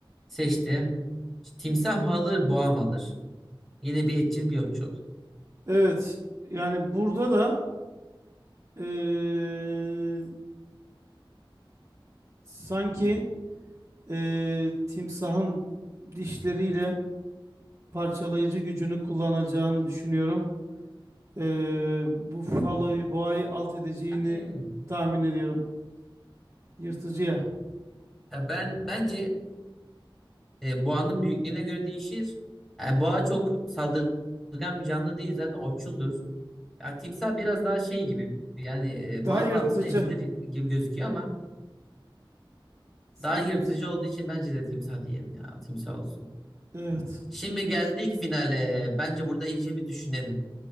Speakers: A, in the centre; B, on the right.
A: Seçtim. Timsah mı alır, boğa mı alır? Yine bir etçil bir otçul.
B: Evet. Yani burada da eee, sanki eee, timsahın dişleriyle parçalayıcı gücünü kullanacağını düşünüyorum. Eee Buffalo'yu, boğayı alt edeceğini
A: Yani
B: tahmin ediyorum. Yırtıcıya.
A: ya ben bence E, boğanın büyüklüğüne göre değişir. Yani boğa çok saldırgan bir canlı değil zaten otçuldur. Ya timsah biraz daha şey gibi yani e,
B: Daha
A: boğanın
B: yırtıcı.
A: altına ezilir gibi gözüküyor ama
B: Sen
A: daha yırtıcı
B: bilirsin.
A: olduğu için bence de timsah diyelim ya timsah olsun.
B: Evet.
A: Şimdi geldik finale. Bence burada iyice bir düşünelim.